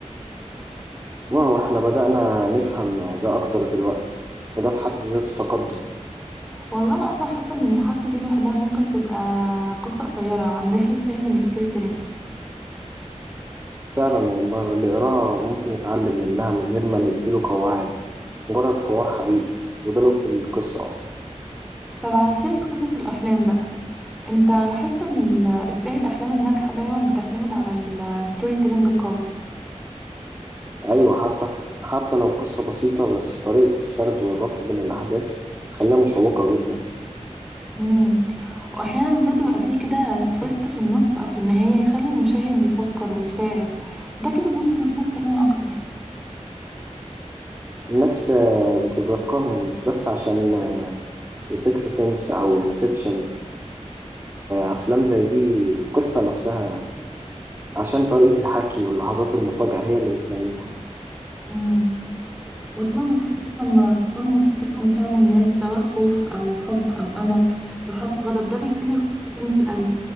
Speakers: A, on the right; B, in the centre.
A: واو إحنا بدأنا نفهم ده أكتر دلوقتي وده في حد ذاته تقدم
B: والله أنا أصلا حاسة إن المحادثة دي لوحدها ممكن تبقى قصة قصيرة عن رحلة فهم الستوري تيلينج
A: فعلا والله واللي يقراها ممكن يتعلم منها من غير ما نديله قواعد مجرد حوار حقيقي وده لب القصة أصلا
B: طب على سيرة قصص الأفلام بقى أنت لاحظت إن ال- إزاي الأفلام الناجحة دايما بتعتمد على الستوري تيلينج القوي
A: أيوة حتى حتى لو قصة بسيطة بس طريقة السرد والربط بين الأحداث تخليها مشوقة جدا
B: مم. واحيانا برضه بيبقى فيه كده تويست في النص او في النهايه يخلي المشاهد يفكر ويتفاعل ده كده بيدي للقصه قيمه اكتر
A: الناس آه، بتتذكرهم مش بس عشان سيكس سنس أو انسبشن أفلام زي دي قصة نفسها عشان طريقة الحكي واللحظات المفاجئة هي اللي بتميزها
B: مم. وطبعا الحكايه لما تكون مرتبطه بمشاعر الناس سواء خوف او حب او امل او حتى غضب ده بيخلي القصه كلمه القلب